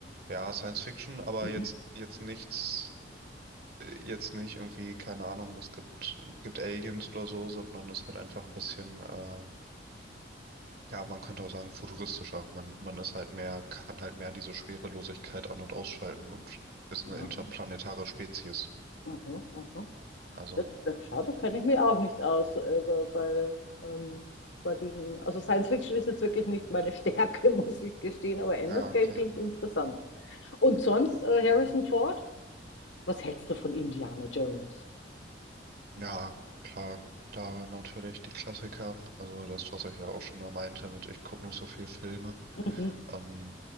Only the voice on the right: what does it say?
Ja, Science Fiction, aber
jetzt, jetzt nichts. jetzt nicht irgendwie, keine Ahnung, es gibt, gibt Aliens oder so, sondern es ist halt einfach ein bisschen, äh, ja, man könnte auch sagen, futuristischer. Man, man ist halt mehr, kann halt mehr diese Schwerelosigkeit an- und ausschalten und ist eine
interplanetare Spezies.
Also,
ja,
okay.
Ja, klar. Da natürlich die Klassiker, also das, was ich ja auch schon mal meinte mit, ich gucke nicht so viel Filme.
Ähm,